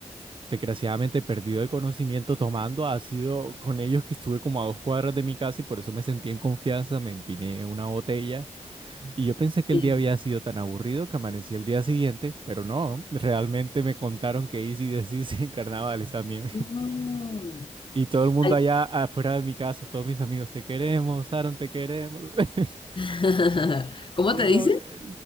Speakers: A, on the right; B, on the left.
A: desgraciadamente perdido el conocimiento tomando ha sido con ellos que estuve como a dos cuadras de mi casa y por eso me sentí en confianza, me empiné una botella y yo pensé que
B: sí.
A: el día había sido tan aburrido que amanecí el día siguiente, pero no, realmente me contaron que hice y deshice en carnavales también. <laughs>
B: No.
A: Y todo el mundo
B: Ay,
A: allá afuera de mi casa, todos mis amigos, te queremos, Aaron, te queremos. <laughs>
B: <laughs> ¿Cómo
A: Y yo
B: te dice?
A: como que...